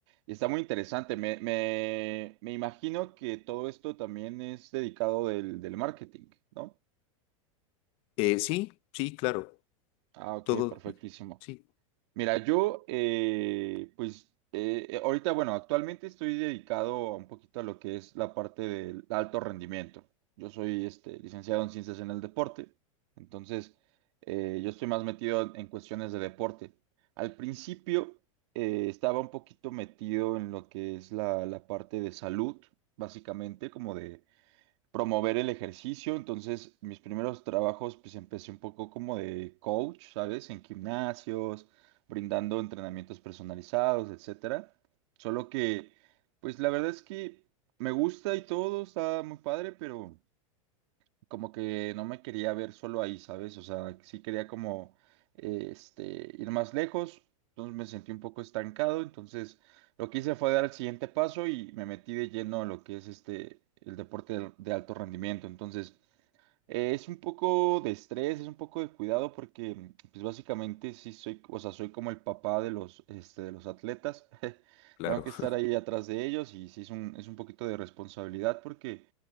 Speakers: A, on the right; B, on the left.
A: y está muy interesante. Me, me, me imagino que todo esto también es dedicado del, del marketing, ¿no?
B: Eh, sí, sí, claro,
A: Ah, ok,
B: todo,
A: perfectísimo.
B: sí,
A: Mira, yo, eh, pues, eh, eh, ahorita, bueno, actualmente estoy dedicado a un poquito a lo que es la parte del alto rendimiento. Yo soy, este, licenciado en ciencias en el deporte, entonces, eh, yo estoy más metido en cuestiones de deporte. Al principio, eh, estaba un poquito metido en lo que es la, la parte de salud, básicamente, como de promover el ejercicio. Entonces, mis primeros trabajos, pues empecé un poco como de coach, ¿sabes? En gimnasios, brindando entrenamientos personalizados, etcétera. Solo que, pues la verdad es que me gusta y todo, está muy padre, pero como que no me quería ver solo ahí, ¿sabes? O sea, sí quería como eh, este, ir más lejos, entonces me sentí un poco estancado, entonces lo que hice fue dar el siguiente paso y me metí de lleno a lo que es este, el deporte de, de alto rendimiento. Entonces, eh, es un poco de estrés, es un poco de cuidado porque, mm, pues básicamente sí soy, o sea, soy como el papá de los, este, de los atletas. <laughs>
B: claro,
A: Tengo que estar
B: <laughs>
A: ahí atrás de ellos y sí es un, es un poquito de responsabilidad porque